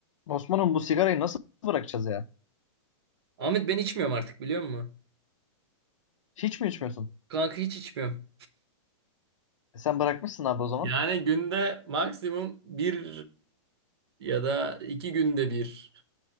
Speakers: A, on the left; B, on the right.
A: Osman'ım bu sigarayı nasıl bırakacağız ya?
B: Ahmet ben içmiyorum artık biliyor musun?
A: Hiç mi içmiyorsun?
B: Kanka hiç içmiyorum.
A: E sen bırakmışsın abi o zaman.
B: Yani günde maksimum bir ya da iki günde bir,